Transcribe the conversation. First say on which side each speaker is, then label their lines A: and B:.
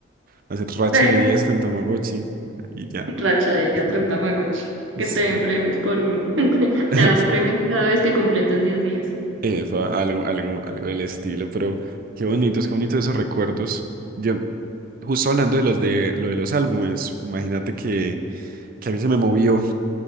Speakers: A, on the right (about 45°); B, on the right (about 75°).
A: Hacer racha
B: <laughs>
A: de días con Tamagotchi y ya.
B: Racha de días
A: <laughs>
B: con Tamagotchi. Que
A: Sí.
B: te den premios por... <laughs>
A: <laughs>
B: te das premios cada vez que completes 10 días.
A: Eh, fue algo, algo, algo del estilo, pero qué bonitos, qué bonitos esos recuerdos. Yo, justo hablando de los de lo de los álbumes, imagínate que, que a mí se me movió.